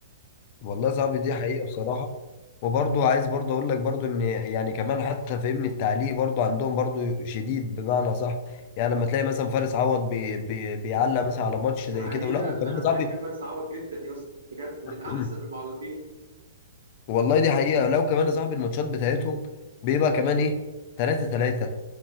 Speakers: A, on the left; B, on the right.
A: والله صعب دي حقيقة بصراحة وبرضو عايز برضو اقول لك برضو ان يعني كمان حتى فاهمني التعليق برضو عندهم برضو شديد بمعنى صح يعني لما تلاقي مثلا فارس عوض بي بي بيعلق مثلا على ماتش
B: دي
A: زي
B: حقيقة
A: كده ولا وكمان
B: أنا
A: يا
B: بحب
A: صاحبي
B: فارس عوض جدا يا اسطى بجد من
A: <clears throat>
B: أحسن المعلقين
A: والله دي حقيقة لو كمان يا صاحبي الماتشات بتاعتهم بيبقى كمان ايه 3 3